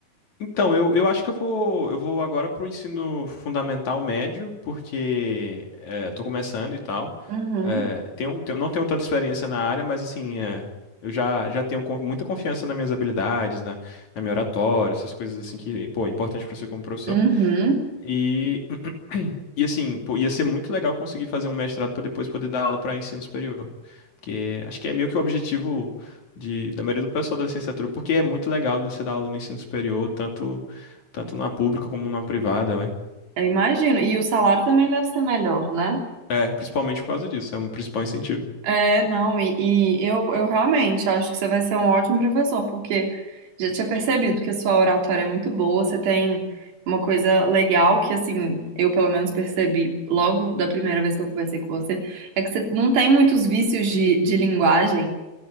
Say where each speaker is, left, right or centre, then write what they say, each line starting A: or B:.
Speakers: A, on the left; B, on the right.
A: Então, eu, eu acho que eu vou, eu vou agora pro ensino fundamental médio, porque é, tô começando e tal.
B: Uhum,
A: É, tenho, tenho- não tenho tanta experiência na área, mas assim, é, eu já, já tenho con- muita confiança nas minhas habilidades, na, na minha oratória, essas coisas assim que, pô, é importante pra você como professor.
B: uhum.
A: E, <clears throat> e assim, pô, ia ser muito legal conseguir fazer um mestrado para depois poder dar aula para ensino superior. Porque acho que é meio que o objetivo de, da maioria do pessoal da licenciatura, porque é muito legal você dar aula no ensino superior, tanto, tanto na pública como na privada, vai.
B: Eu imagino. E o salário também deve ser melhor, né?
A: É, principalmente por causa disso, é um principal incentivo.
B: É, não, e, e eu, eu realmente acho que você vai ser um ótimo professor, porque já tinha percebido que a sua oratória é muito boa, você tem uma coisa legal que, assim, eu pelo menos percebi logo da primeira vez que eu conversei com você, é que você não tem muitos vícios de, de linguagem.